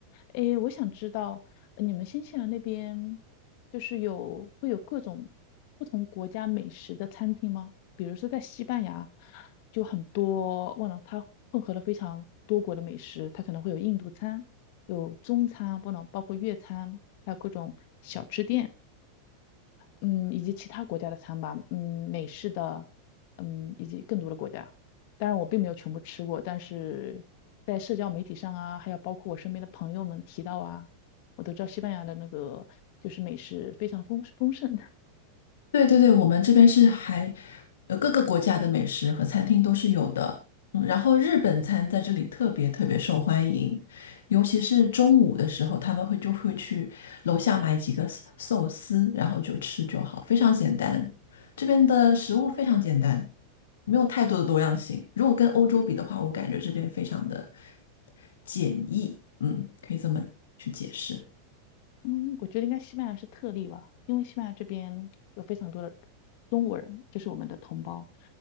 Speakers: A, on the left (about 60°); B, on the left (about 80°).
A: 哎，我想知道呃你们新西兰那边就是有会有各种不同国家美食的餐厅吗？比如说在西班牙，就很多，忘了它混合了非常多国的美食，它可能会有印度餐，有中餐，不能包括粤餐，还有各种小吃店。嗯，以及其他国家的餐吧，嗯，美式的，嗯，以及更多的国家。当然，我并没有全部吃过，但是在社交媒体上啊，还有包括我身边的朋友们提到啊，我都知道西班牙的那个就是美食非常丰丰盛。<laughs>
B: 对对对，我们这边是还，呃，各个国家的美食和餐厅都是有的。嗯，然后日本餐在这里特别特别受欢迎，尤其是中午的时候，他们会就会去楼下买几个寿寿司，然后就吃就好，非常简单。这边的食物非常简单，没有太多的多样性。如果跟欧洲比的话，我感觉这边非常的简易，嗯，可以这么去解释。
A: 嗯，我觉得应该西班牙是特例吧，因为西班牙这边有非常多的中国人，就是我们的同胞。